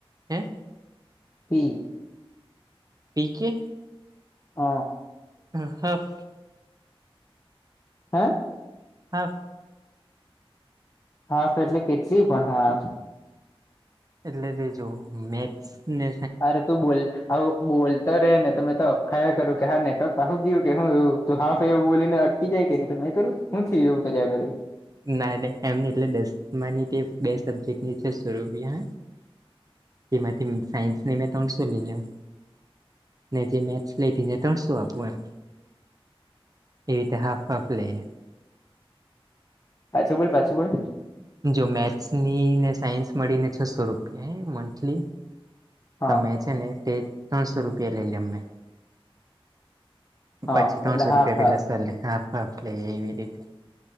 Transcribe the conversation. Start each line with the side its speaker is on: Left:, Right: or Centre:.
Right: હે
Left: પી
Right: પી કે
Left: હા
Right: <unintelligible>
Left: હે
Right: હાફ.
Left: હાફ એટલે કેટલી પણ હાફ.
Right: એટલે તે જો મેથને.
Left: અરે તું બોલ બોલ. તો રે ને તમે તો અખાયા કરું કે હા નેટ પહું ગયું કે હું એવું તું હાવું બોલીને. કી જાય કે ન કરું હું થી એવું કર્યા કર.
Right: ના ન એમ એટલે દસ ની બે સબ્જેક્ટની છે સ્વરૂપી હ. કેમાં સયન્સ નનેમે તડું સોલી લમ. ને જે મે્સ લેતી ને ત્રણસો આપું એમ. એવીતે હાફફલેે.
Left: પાછું બોલ પાછું બોલ.
Right: જો મેથ્સ ની ને સાયન્સ મળીને છસો રૂપિયા હ મંથલી.
Left: હા
Right: તમે છે ને તે ત્રણસો રૂપિયા લઈ લમને.
Left: હા
Right: પછી ત્રણસો
Left: એટલે હાફ
Right: રૂપિયા પેલા
Left: હાફ
Right: સે હાફ હાફ લે એવી રીતે.